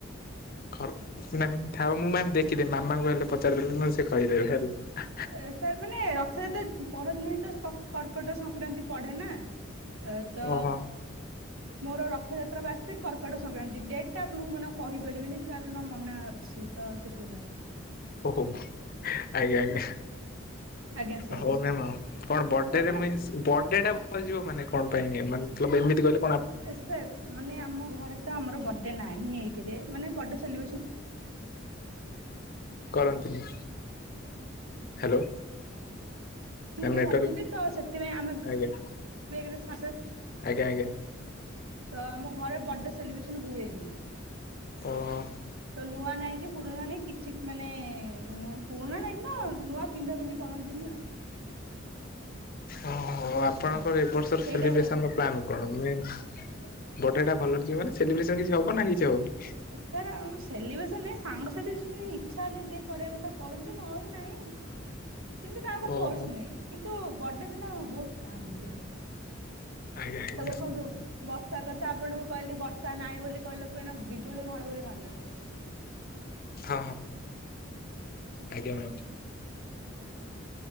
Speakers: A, on the left; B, on the right.
A: ଖର, ନାଇଁ ଥାଉ ମୁଁ ମ୍ୟାମ ଦେଖିଦେବି। ମାମାଙ୍କୁ ଗଲେ ପଚାରିଦେଲେ ନହେଲେ ସେ କହିଦେବେ ହେଲା।
B: ଏ ସାର୍ ମାନେ ରଥଯାତ୍ରା ପରଦିନ ହି ତ କର୍କଟ ସଂକ୍ରାନ୍ତି ପଡେ ନା। ଅ ତ
A: ଓହୋ
B: ମୋର ରଥଯାତ୍ରା ବାସି କର୍କଟ ସଂକ୍ରାନ୍ତି। ଡେଟ୍ ଟା ଆପଣଙ୍କୁ ମୁଁ ଏଇନା କହିପାରିବିନି କାରଣ ମନା ଅଛି। ତାଉ ସେଥିପାଇଁ।
A: ଓହୋ, ଆଜ୍ଞା -ଆଜ୍ଞା।
B: ଆଜ୍ଞା ସାର୍
A: ହଉ ମ୍ୟାମ୍ କଣ ବର୍ଡେରେ
B: ଆପଣ
A: <unintelligible> ବର୍ଡେ ଟା ବଳିଯିବ ମାନେ କଣ ପାଇଁ ମାନେ ଏମିତି କହିଲ?
B: ଏ ସାର୍ ମାନେ ଆମ ଘରେ ତ ଆମର ବର୍ଡେ ନାହିଁ ଏକରେ ମାନେ ବର୍ଡେ ସେଲିବ୍ରେସନ
A: କରନ୍ତିନି ହ୍ୟାଲୋ। ମ୍ୟାମ୍
B: ମରିଛନ୍ତି
A: ନେଟୱାର୍କ
B: ତ ସେଥିପାଇଁ ଆମେ
A: ଆଜ୍ଞା
B: <unintelligible>
A: ଆଜ୍ଞା ଆଜ୍ଞା
B: ତ ଆମ ଘରେ ବର୍ଡେ ସେଲିବ୍ରେସନ ହୁଏନି।
A: ଓହୋ।
B: ତ ନୂଆ ନାଇଁ କି ପୁରୁଣା ନାଇଁ କିଛି ମାନେ ପୁରୁଣା ନାଇଁ ନା ନୂଆ ପିନ୍ଧା ପିନ୍ଧି କରନ୍ତିନି ଆଉ।
A: ଓହୋ ଆପଣଙ୍କର
B: ହଁ
A: ଏର୍ଷର
B: ସେଇ
A: ସେଲିବ୍ରେସନ
B: ଟାଇପ ର
A: ପ୍ଲାନ୍ କଣ ମିନ୍ସ ବଡେ ଟା ଭଲରେ ଯିବ ମାନେ ସେଲିବ୍ରେସନ କିଛି ହବ ନା କିଛି ହବନି?
B: ସାର୍ ଆ ସେଲିବ୍ରେସନ ନାହିଁ ସାଙ୍ଗସାଥି ଯେମିତି ଇଚ୍ଛା ହେଲେ ଯିଏ କରିବା କଥା କରନ୍ତି ନହେଲେ ନାଇଁ। ସେମିତି କାହାକୁ
A: ଓହୋ
B: ଫୋର୍ସ ନାହିଁ କିନ୍ତୁ ବଡେ ଦିନ ବହୁତ କାନ୍ଦେ।
A: ଆଜ୍ଞା ଆଜ୍ଞା
B: ସାର ଦେଖନ୍ତୁ ବର୍ ସାର କଥା ଆପଣଙ୍କୁ କହିଲି ବର୍ଷା ନାହିଁ ବୋଲି କହିଲାକୁ ଏଣେ ବିଜୁଳି ଘଡଘଡି ମାରିଲାଣି।
A: ହଁ ହଁ। ଆଜ୍ଞା ମ୍ୟାମ୍।